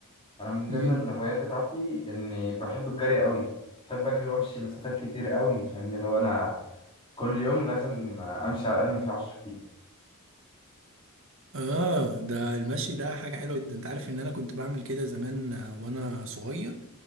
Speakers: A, on the left (about 25°); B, on the right (about 60°).
A: أنا من
B: مم.
A: ضمن الهوايات بتاعتي إني بحب الجري قوي بحب أجري وأمشي مسافات كتير قوي فاهمني اللي هو أنا كل يوم لازم أمشي على الأقل ما فيه 10 كيلو
B: آه ده المشي ده حاجة حلوة جدا أنت عارف إن أنا كنت بعمل كده زمان آه، وأنا صغير